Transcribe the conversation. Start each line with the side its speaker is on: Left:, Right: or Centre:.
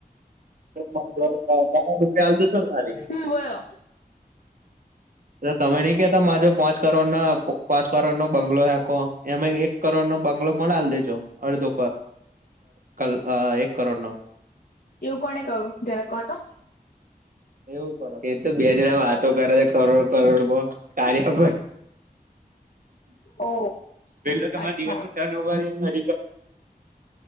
Right: <unintelligible> રૂપિયા ખાલી.
Left: હમ બોલો
Right: તમે નઈ કેતા માર જોડે પાંચ કરોડ ના પાંચ કરોડ નો બંગલો હેકો. એમે એક કરોડ નો બંગલો મને આલ દેજો. અડધો કર એક કરોડ નો
Left: એવું કોને કહું જરા કહોતો.
Right: એવું કરો એ તો બે જણા વાતો કરે છે કરોડ કરોડમાં. કાર્ય
Left: ઓ
Right: પેલો કે માર
Left: અચ્છા
Right: દિવસનું ટન. <unintelligible>